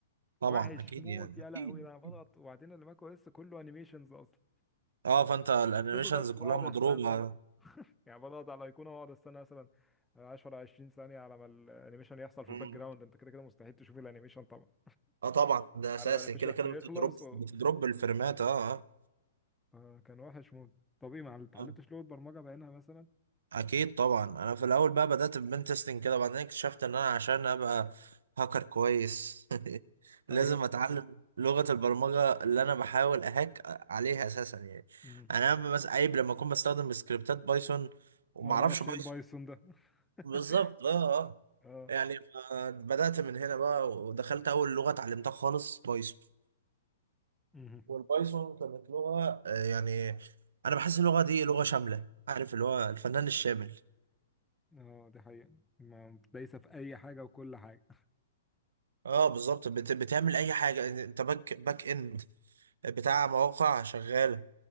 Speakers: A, on the right; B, in the centre.
A: طبعا
B: وحش
A: اكيد
B: موت
A: يعني
B: يا
A: اكيد
B: لهوي ده انا بضغط
A: أكيد.
B: وبعدين الماك او اس كله انيميشنز اصلا
A: اه فانت الانيميشنز
B: بضغط
A: كلها
B: واقعد
A: مضروبه
B: استنى
A: اه
B: يعني بضغط على الايقونه واقعد استنى مثلا 10 20 ثانيه على ما الانيميشن يحصل في
A: مم.
B: الباك جراوند انت كده كده مستحيل تشوف الانيميشن طبعا
A: اه طبعا ده اساسي
B: على ما الانيميشن
A: كده كده بتضرب
B: يخلص و...
A: بتضرب الفريمات اه
B: آه كان وحش موت طب ايه ما اتعلمتش
A: اه
B: لغه برمجه بعينها مثلا
A: اكيد طبعا انا في الاول بقى بدات ببن تيستنج كده وبعدين اكتشفت ان انا عشان ابقى هاكر كويس <laughs> لازم
B: ايوه
A: اتعلم لغه البرمجه اللي انا بحاول اهاك عليها اساسا يعني
B: امم
A: يعني انا بس عيب لما اكون بستخدم سكريبتات بايثون وما
B: وانا
A: اعرفش
B: ما اعرفش
A: بايثون
B: ايه البايثون ده <laughs>
A: بالظبط اه اه
B: اه
A: يعني ف- بدات من هنا بقى ودخلت اول لغه اتعلمتها خالص بايثون
B: امم
A: والبايثون كانت لغه آه، يعني انا بحس اللغه دي لغه شامله عارف اللي هو الفنان الشامل
B: اه دي حقيقه ما دايسه في اي حاجه وكل حاجه
A: اه بالظبط بت... بتعمل اي حاجه انت باك باك اند بتاع مواقع شغاله